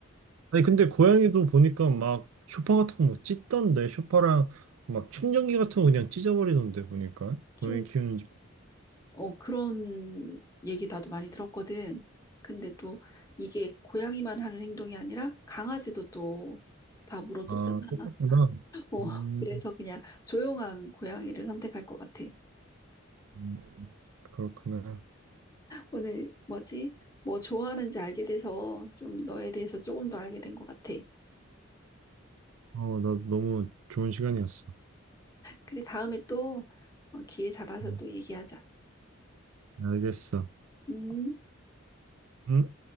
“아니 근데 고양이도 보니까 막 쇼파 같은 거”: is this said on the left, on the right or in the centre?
Right